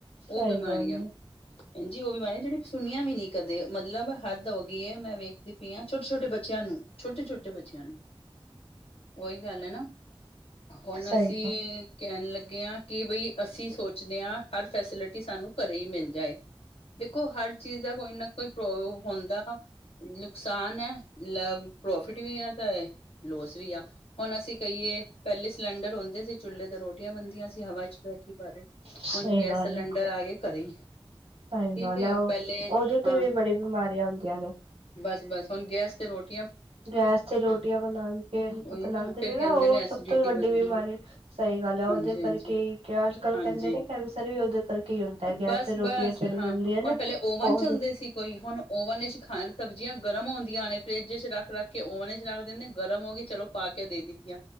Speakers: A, on the left; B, on the right.
A: ਉਹ
B: ਸਹੀ
A: ਬਿਮਾਰੀਆਂ,
B: ਗੱਲ ਹੈ।
A: ਹੈਂਜੀ ਉਹ ਬਿਮਾਰੀਆਂ ਜਿਹੜੀ ਸੁਣੀਆਂ ਵੀ ਨੀ ਕਦੇ ਮਤਲਬ ਹੱਦ ਹੋ ਏ ਮੈਂ ਵੇਖ <unintelligible> ਪੀਆਂ ਛੋਟੇ- ਛੋਟੇ-ਬੱਚਿਆਂ ਨੂੰ ਛੋਟੇ -ਛੋਟੇ ਬੱਚਿਆਂ ਨੂੰ ਉਹੀ ਗੱਲ ਏ ਨਾ ਹੁਣ
B: ਸਹੀ
A: ਅਸੀਂ
B: ਗੱਲ
A: ਕਹਿਣ ਲੱਗੇ ਆਂ ਕਿ ਬਈ ਅਸੀਂ ਸੋਚਦੇ ਆਂ ਹਰ ਫੈਸਿਲਿਟੀ ਸਾਨੂੰ ਘਰੇ ਹੀ ਮਿਲ ਜਾਏ, ਦੇਖੋ ਹਰ ਚੀਜ਼ ਦਾ ਕੋਈ ਨਾ ਕੋਈ ਪ੍ਰੋ ਹੁੰਦਾ ਨੁਕਸਾਨ ਏ ਲ ਪ੍ਰੋਫਿਟ ਵੀ ਆ ਤੇ ਲੋਸ ਵੀ ਆ। ਹੁਣ ਅਸੀਂ ਕਹੀਏ ਪਹਿਲੇ ਸਿਲੰਡਰ ਹੁਂਦੇ ਸੀ, ਚੁੱਲ੍ਹੇ ਤੋਂ ਰੋਟੀਆਂ ਬਣਦੀਆਂ ਸੀ ਹਵਾ ਚੱ ਬਹਿ ਕੇ ਬਾਹਰੇ
B: ਸਹੀ
A: ਹੁਣ ਗੈਸ
B: ਗੱਲ
A: ਸਿਲੰਡਰ ਆ ਕੇ ਘਰੇ
B: ਸਹੀ
A: ਠੀਕ
B: ਗੱਲ
A: ਹੈ
B: ਉਹ
A: ਪਹਿਲੇ
B: ਉਹਦੇ
A: ਹਾਂ
B: ਤੇ ਵੀ ਬੜੀ ਬਿਮਾਰੀਆਂ ਹੁੰਦੀਆਂ ਨੇ
A: ਬਸ, ਬਸ ਹੁਣ ਗੈਸ ਤੇ ਰੋਟ
B: ਗੈਸ ਤੇ ਰੋਟੀਆਂ ਬਣਾ ਕੇ
A: ਉਹੀ
B: ਬਣਾਉਦੇ
A: ਫੇਰ
B: ਨੇ ਨਾ,
A: ਕਹਿੰਦੇ
B: ਉਹ
A: ਐਸੀਡਿਟੀ
B: ਸਭ ਤੋਂ ਵੱਡੀ
A: ਬਣਦੀ
B: ਬਿਮਾਰੀ
A: ਹੈ।
B: ਸਹੀ ਗੱਲ ਹੈ, ਉਹਦੇ
A: ਹਾਂਜੀ-ਹਾਂਜੀ,
B: ਕਰਕੇ ਅੱਜ ਕੱਲ
A: ਹਾਂਜੀ
B: ਕਹਿੰਦੇ ਨੇ ਕੈਂਸਰ ਵੀ ਉਹਦੇ ਕਰਕੇ ਹੀ ਹੁੰਦਾ ਗੈਸ
A: ਬਸ-ਬਸ
B: ਤੇ ਰੋਟੀਆਂ ਜਿਹੜੀ
A: ਹਾਂ
B: ਬਣਦੀਆਂ ਨਾ
A: ਹੁਣ ਪਹਿਲੇ ਓਵਨ
B: ਉਹਦੇ
A: ਚੱਲਦੇ ਸੀ ਕੋਈ ਹੁਣ ਓਵਨ ਖਾਣ ਸਬਜ਼ੀਆਂ ਗਰਮ ਹੁੰਦੀਆਂ ਨੇ, ਫਰਿੱਜ ਚ ਰੱਖ ਰੱਖ ਕੇ ਓਵਨ ਚ ਰੱਖ ਦਿੰਦੇ ਗਰਮ ਹੋ ਗਈ ਚਲੋ ਪਾ ਕੇ ਦੇ ਦਿੱਤੀਆਂ